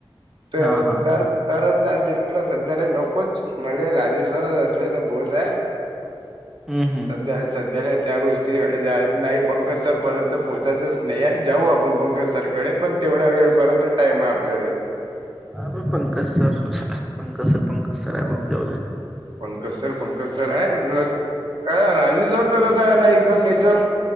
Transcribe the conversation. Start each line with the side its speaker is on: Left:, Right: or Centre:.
Right: तर
Centre: हा हा
Right: तर तरच चाांतिकला सध्याला नकोच मले रा. ते सरात असले तर बोत आहे.
Centre: हम् हम.
Right: सध्या सध्याला त्या गोष्टीकडे जाच नाही पंकज सर पर्यंत पोहोचायचंच नाही आहे जाऊ आपण पंकज. सरकडे पण तेवढा वेळपर्यंत टाम आहे आपल्याला.
Centre: ह Pankaj sir Pankaj sir Pankaj sir आहे बाबू जाऊ.
Right: पंकज सर पंकज सर आहे राजूव सर तर कस आहे ना एकदम नेचर.